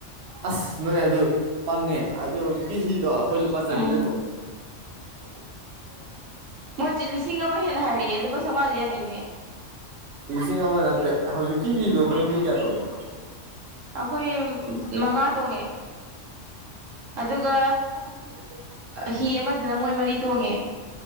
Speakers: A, on the right (about 65°); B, on the right (about 90°).
A: ꯑꯁ ꯅꯣꯏ ꯑꯗꯨ ꯄꯪꯉꯦ ꯑꯗꯨ ꯍꯧꯖꯤꯛꯀꯤ ꯍꯤꯗꯣ ꯑꯩꯈꯣꯏ ꯂꯨꯄꯥ
B: ꯎꯝ
A: ꯆꯥꯅꯤꯗ ꯇꯧꯉꯦ <unintelligible>
B: ꯃꯣꯏ ꯖꯦ ꯂꯤꯁꯤꯡ ꯑꯃ ꯍꯦꯟꯅ ꯍꯥꯏꯔꯛꯑꯦ ꯂꯨꯄꯥ ꯆꯧꯉꯥꯗ ꯌꯥꯅꯩꯅꯦ
A: ꯂꯤꯁꯤꯡ ꯑꯃ ꯅꯠꯇ꯭ꯔꯦ ꯍꯧꯖꯤꯛꯀꯤ ꯍꯤꯗꯣ ꯅꯣꯏ ꯃꯤ ꯀꯌꯥ ꯇꯣꯡꯉꯤꯕ
B: ꯑꯩꯈꯣꯏ ꯃꯉꯥ ꯇꯣꯡꯉꯦ ꯑꯗꯨꯒ
A: <inaudible>
B: ꯍꯤ ꯑꯃꯗꯅ ꯃꯣꯏ ꯃꯔꯤ ꯇꯣꯡꯉꯦ